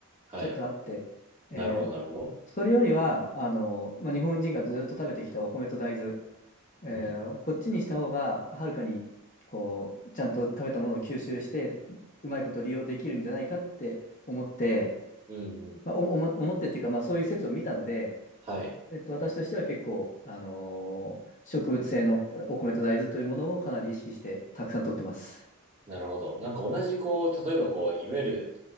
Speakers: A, on the right; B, on the left.
A: はい。
B: ちょっとあって、えー
A: なるほど、なるほど。
B: それよりは、あの、まあ、日本人がずっと食べてきたお米と大豆、えーこっちにした方が、
A: うん。
B: はるかに、こう、ちゃんと食べたものを吸収して、うまいこと利用できるんじゃないかって思って、
A: うんうん。
B: まあ、おも思ってっていうか、まあ、そういう説を見たので、
A: はい。
B: えっと、私としては結構、あのー植物性のお米と大豆というものをかなり意識して、たくさん取ってます。
A: なるほど。なんか同じこう、例えばこう、いわゆる、